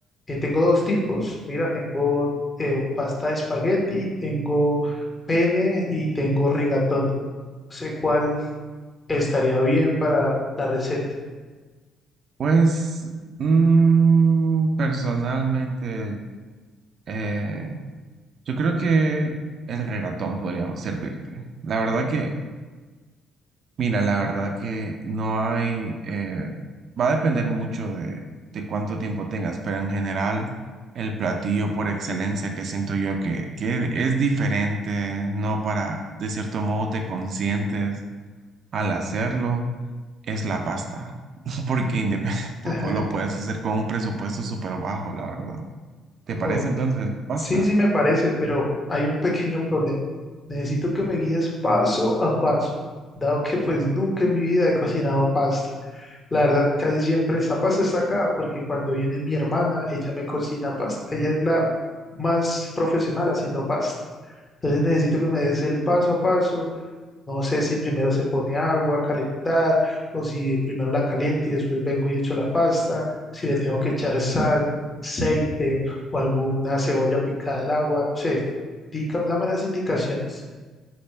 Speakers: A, on the left; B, on the right.
A: eh, tengo dos tipos. Mira, tengo eh, pasta de espagueti, tengo pene y tengo rigatoni. No sé cuál estaría bien para la receta.
B: Pues, mm, personalmente, eh, yo creo que el regatón podría servirte. La verdad que Mira, la verdad que no hay, eh, va a depender mucho de, de cuánto tiempo tengas, pero en general el platillo por excelencia que siento yo que, que es diferente, no para, de cierto modo te consientes al hacerlo, es la pasta, <laughs> porque independ-
A: <laughs>
B: <laughs> lo puedes hacer con un presupuesto súper bajo, la verdad. ¿Te
A: Ok.
B: parece entonces la pasta?
A: Sí, sí me parece, pero hay un pequeño problema. Necesito que me guíes paso a paso, dado que pues nunca en mi vida he cocinado pasta. La verdad, casi siempre esa pasta está acá, porque cuando viene mi hermana, ella me cocina pasta. Ella es la más profesional haciendo pasta. Entonces necesito que me des el paso a paso no sé si primero se pone agua a calentar o si primero la caliente y después vengo y echo la pasta, si le tengo que echar sal, aceite o alguna cebolla picada al agua, no sé. Dica- dame las indicaciones.